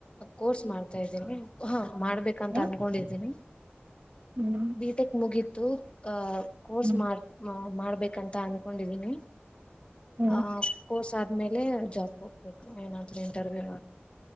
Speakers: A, on the left; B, on the right.
A: ಕೋರ್ಸ್ ಮಾಡ್ತಾ ಇದೀನಿ ಹಾ ಮಾಡ್ಬೇಕಂತ
B: ಹ್ಮ್
A: ಅನ್ಕೊಂಡಿದ್ದೀನಿ
B: ಹ್ಮ್
A: ಬಿಟೆಕ್ ಮುಗೀತು ಹ ಕೋರ್ಸ್
B: ಹ್ಮ್
A: ಮಾಡ್ ಮಾಡ್ ಬೇಕ್ ಅಂತ ಅನ್ಕೊಂಡಿದೀನಿ
B: ಹ್ಮ್
A: ಆ ಕೋರ್ಸ್ ಆದ್ಮೇಲೆ ಜಾಬ್ ಹ್ಮ ಏನಾದ್ರೆ ಇಂಟರ್ವ್ಯೂ